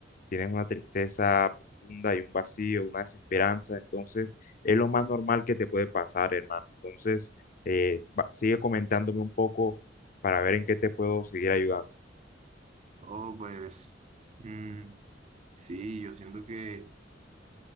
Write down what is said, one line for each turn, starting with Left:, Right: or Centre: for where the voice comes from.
Left: tienes una tristeza profunda y un vacío, una desesperanza, entonces es lo más normal que te puede pasar, hermano. Entonces, eh, va- sigue comentándome un poco para ver en qué te puedo seguir ayudando.
Right: Oh, pues, mm, sí, yo siento que